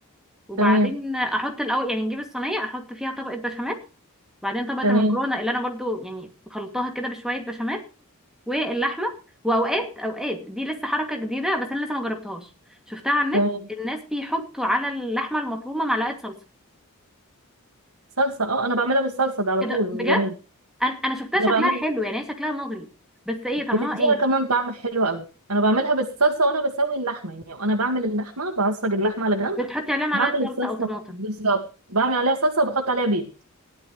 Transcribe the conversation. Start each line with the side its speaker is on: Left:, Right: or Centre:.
Centre: وبعدين
Right: تمام
Centre: احط الاول يعني نجيب الصينيه احط فيها طبقه بشاميل بعدين طبقه
Right: تمام
Centre: المكرونه اللي انا برضو يعني خلطتها كده بشويه بشاميل واللحمه واوقات اوقات دي لسه حركه جديده بس انا لسه ما جربتهاش شفتها على
Right: تمام
Centre: النت الناس بيحطوا على اللحمه المفرومه معلقه صلصه
Right: صلصة اه انا بعملها بالصلصة ده على
Centre: ايه
Right: طول
Centre: ده
Right: من
Centre: بجد
Right: زمان
Centre: انا انا شفتها شكلها
Right: انا بعمل
Centre: حلو يعني هي شكلها مغري بس ايه طعمها
Right: بتديها
Centre: ايه
Right: كمان طعم حلو قوي انا بعملها بالصلصة وانا بسوي اللحمة يعني وانا بعمل اللحمة بعصج اللحمة على جنب
Centre: بتحطي عليها معلقه
Right: بعمل
Centre: صلصه
Right: الصلصة
Centre: او طماطم
Right: بالظبط بعمل عليها صلصة وبحط عليها بيض